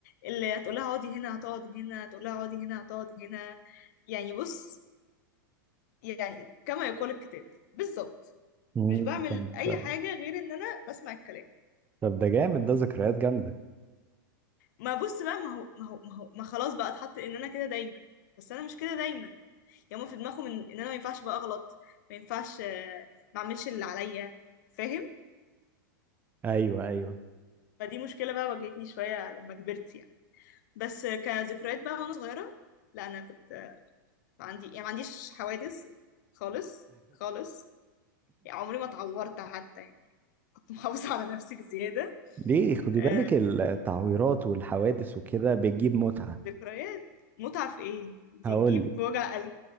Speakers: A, on the left; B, on the right.
A: اللي هتقولها اقعدي هنا هتقعد هنا هتقولها اقعدي هنا هتقعد هنا يعني بص يعني كما يقول الكتاب بالظبط
B: مم،
A: مش بعمل
B: طب
A: اي حاجه غير ان انا بسمع الكلام
B: طب ده جامد ده ذكريات جامدة
A: ما بص بقى ما هو ما هو ما هو ما خلاص بقى اتحط ان انا كده دايما بس انا مش كده دايما يعني هما في دماغهم ان إن انا ما ينفعش بقى اغلط ما ينفعش آه، ما اعملش اللي عليا فاهم
B: ايوه ايوه
A: فدي مشكله بقى واجهتني شويه لما كبرت يعني بس آه، كذكريات بقى وانا صغيره لا انا كنت آه، عندي يعني ما عنديش حوادث خالص خالص يعني عمري ما اتعورت حتى يعني كنت <laughs> محافظه على نفسي بزياده
B: ليه خدي
A: آه،
B: بالك التعويرات والحوادث وكده بتجيب متعة
A: ذكريات متعه في ايه دي
B: هقول
A: تجيب
B: لك
A: وجع قلب